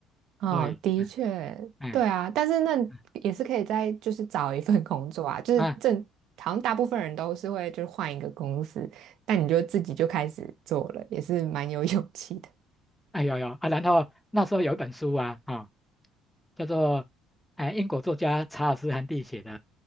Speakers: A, on the right; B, in the centre.
A: 哦，
B: 所以，
A: 的确，
B: 嗯嗯。
A: 对啊，但是那
B: 嗯
A: 也是可以再就是找一份工作啊，就是正好像大部分人都是会就是换一个公司，
B: 啊。
A: 但你就自己就开始做了，也是蛮有勇气的。
B: 哎有有啊，然后那时候有一本书啊，啊、叫做哎英国作家查尔斯·韩蒂写的